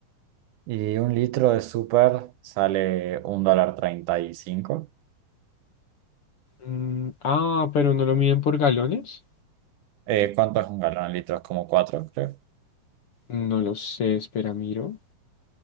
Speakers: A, on the right; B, on the left.
A: Y un litro de súper sale un dólar treinta y cinco.
B: Mm, ah, pero no lo miden por galones.
A: Eh, ¿cuánto es un galón de litros? Como cuatro, creo.
B: No lo sé, espera, miro,